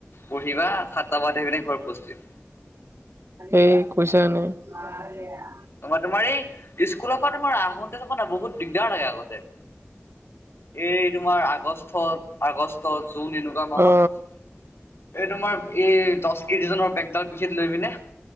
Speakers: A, on the left; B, on the right.
A: পঢ়িবা, সাতটা বজাত আহেই পিনে ঘৰত উপস্থিত।
B: এই কৈছা নাই? অঁ। <inaudible>
A: তোমাৰ তোমাৰ এই স্কুলৰ পৰা তোমাৰ আহোতে চাবা না বহুত দিগদাৰ লাগে আগতে। এই তোমাৰ আগষ্টত আগষ্ট, জুন এনেকুৱা মাহত।
B: অ
A: এই তোমাৰ এই দছ কেজি ওজনৰ বেগডাল পিঠিত লৈ পিনে